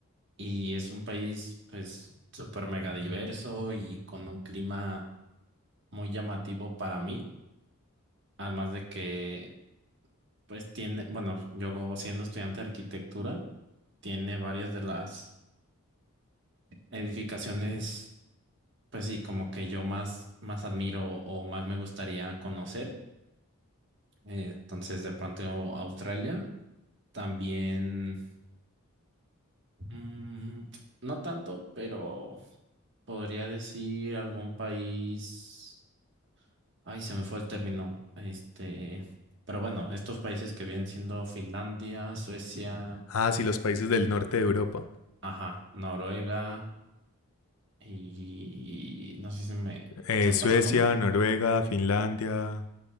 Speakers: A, on the right; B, on the left.
A: Y es un país pues súper mega diverso y con un clima muy llamativo para mí. Además de que pues tiene, bueno, yo siendo estudiante de arquitectura, tiene varias de las edificaciones pues sí, como que yo más, más admiro o más me gustaría conocer. Eh, entonces de pronto Australia. También. Mm, no tanto, pero podría decir algún país. Ay, se me fue el término. Este, pero bueno, estos países que vienen siendo Finlandia, Suecia,
B: Ah, sí, los países del norte de Europa.
A: ajá, Noruega y no sé si me
B: Eh,
A: se me
B: Suecia,
A: pasa alguno.
B: Noruega, Finlandia,